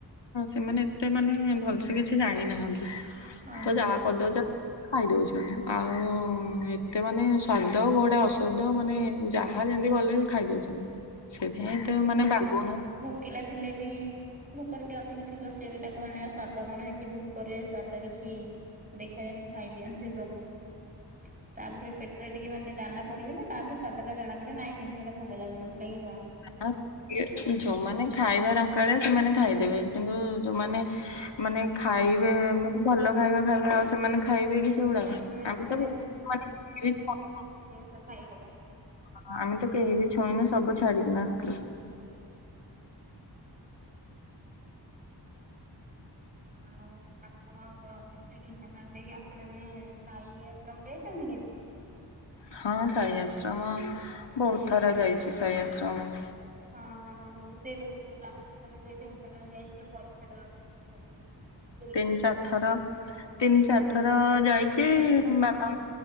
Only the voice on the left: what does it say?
ସେମାନେ ଏତେ ମାନେ ଭଲସେ କିଛି ଜାଣିନାହାନ୍ତି।
ତ
ଯାହା କରିଦଉଛ ଖାଇଦଉଛନ୍ତି ଆଉ ଏତେ ମାନେ ସ୍ଵାଦ କୋଡା ଅସ୍ୱାଦ ମାନେ ଯାହା ଯାହା ଯେମିତି ଗଲେ ଖାଇଦଉଛନ୍ତି ସେଥିପାଇଁ ଏତେ ମାନେ ବାଗୁନା
<unintelligible> ଯୋଉମାନେ ଖାଇବା ରଙ୍କାଳିଆ ସେମାନେ ଖାଇଦେବେ କିନ୍ତୁ ଯୋଉମାନେ ମାନେ
ଖାଇବେ ମାନେ ଭଲ ଖାଇବା ଖାଇବା ଆ ସେମାନେ ଖାଇବେ କି ସେଗୁଡାକ।
ଆମେ
ତ <unintelligible>
ହ ଆମେ ତ କେହିବି ଛୁଇଁନୁ ସବୁ ଛାଡିକିନା ଆସିଥିଲୁ।
ହଁ ସାଇ ଆଶ୍ରମ ବହୁତ ଥର ଯାଇଛି ସାଇ ଆଶ୍ରମ।
ତିନି ଚାରି ଥର, ତିନି ଚାରି ଥର
ଯାଇଛି
ବାପା